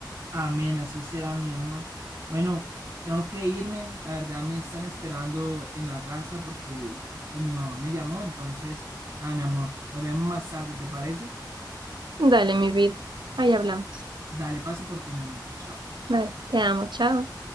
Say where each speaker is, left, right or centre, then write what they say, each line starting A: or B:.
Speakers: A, on the right; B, on the right.
A: Amén, así será, mi amor. Bueno, tengo que irme. La verdad me están esperando en la casa porque pues mi mamá me llamó. Entonces, nada, mi amor, nos vemos más tarde, ¿te parece?
B: Dale, mi vida. Ahí hablamos.
A: Dale paso por ti, mi amor. Chao.
B: Dale, te amo, chao.